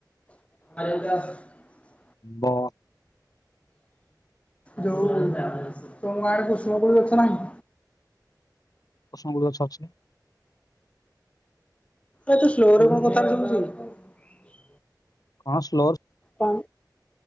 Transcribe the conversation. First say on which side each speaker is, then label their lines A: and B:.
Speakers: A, on the left; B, on the left.
A: <unintelligible>
B: ଆମ୍ବ।
A: ଯୋ ତମ ଗାଁ ରେ କୁସୁମ କୋଳି ଗଛ ନାହିଁ।
B: କୁସୁମ କୋଳି ଗଛ ଅଛି।
A: ଏତେ ସ୍ଲୋରେ କଣ କଥା ଶୁଭୁଚି।
B: କଣ ସ୍ଲୋ
A: ହଁ।